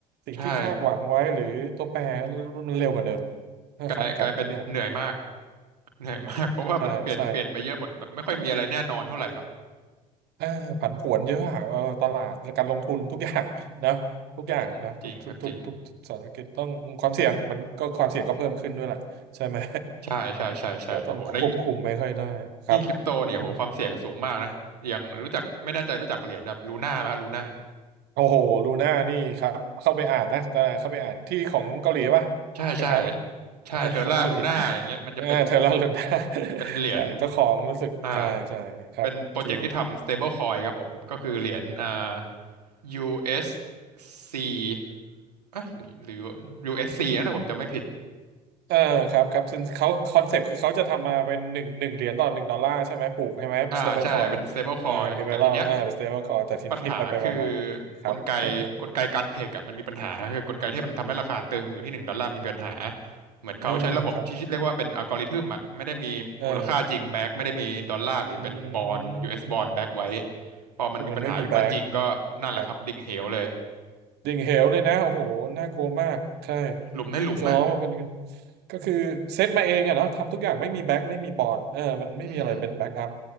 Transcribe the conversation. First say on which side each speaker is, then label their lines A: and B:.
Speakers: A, on the right (about 55°); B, on the right (about 80°).
A: สิ่งที่คาดหวังไว้หรือตัวแปร
B: ใช่
A: มันเร็วกว่าเดิมนะครับครับทุกอย่าง
B: กลายกลายเป็นเหนื่อยมากเหนื่อยมากเพราะว่ามันเปลี่ยนเปลี่ยนไปเยอะหมดแบบไม่ค่อยมีอะไรแน่นอนเท่าไหร่เนาะ
A: อืมใช่ใช่ อ่าผันผวนเยอะอะเออตลาดและการลงทุนทุกอย่างนะ <laughs> ทุกอย่างนะทุกทุกทุกทุกธุรกิจต้องความเสี่ยงมันก็ความเสี่ยงก็เพิ่มขึ้นด้วยล่ะใช่ไหม
B: อืมอืมจริงครับจริงใช่ใช่ใช่ใช่โอ้โหแล้วยิ่ง
A: <laughs> ก็ต้องควบคุมไม่ค่อยได้ครับ
B: ยิ่งคริปโตเนี่ยโหความเสี่ยงสูงมากนะอย่างรู้จักไม่แน่ใจรู้จักเหรียญแบบลูน่าไหมลูน่า
A: อืมโอ้โหลูน่านี่ครับเข้าไปอ่านนะแต่เข้าไปอ่านที่ของเกาหลีป่ะ
B: ใช่ใช่
A: คล้ายๆไหม
B: ใช่เทอร่าลูน่าอย่างเงี้ยมันจะเป็น
A: เออ <laughs> ของเกาหลี <laughs> เออเทเลอร์ลูน่า
B: เป็นเหรียญ
A: <laughs> ใช่เจ้าของรู้สึกใช่ใช่ครับที่
B: อ่าเป็นโปรเจกต์ที่ทำ stable coin ครับผมก็คือเหรียญอ่า USC เอสซีเอ๊ะหรือหรือ USC นะถ้าผมจำไม่ผิด
A: อ่าครับครับซึ่งเขาคอนเซปต์คือเขาจะทำมาเป็นหนึ่งหนึ่งเหรียญต่อหนึ่งดอลลาร์ใช่ไหมผูกใช่ไหมสเตเบิลคอย
B: อ่าใช่เป็น stablecoin
A: เอ่อมีไวรเลอ่าเป็นสเตเบิลคอยแต่ทีนี้
B: แต่ทีเนี้ยปัญหาคือ
A: <laughs> ไปไปมามาๆครับ
B: กลไกกลไกการเพกอ่ะมันมีปัญหาคือกลไกที่มันทำให้ราคาตึงอยู่ที่หนึ่งดอลลาร์มันมีปัญหา
A: <laughs>
B: เหมือนเขาใช้ระบบที่เรียกว่าเป็นอัลกอริทึมอ่ะไม่ได้มีมูลค่าจริงแบ็กไม่ได้มีดอลลาร์หรือเป็นบอล
A: เออครับเอออืม
B: US บอลแบ็กไว้พอมันมีปัญหาขึ้นมาจริงก็นั่นแหละครับดิ่งเหวเลย
A: คือมันไม่มีแบ็กอืมครับ ดิ่งเหวเลยนะโอ้โหน่ากลัวมากใช่
B: หลุมในหลุมอ่ะ
A: ซ้อมมันเป็นก็คือเซตมาเองอะเนาะทำทุกอย่างไม่มีแบ็กไม่มีบอลเออมันไม่มีอะไรเป็นแบ็กอัพ
B: อืม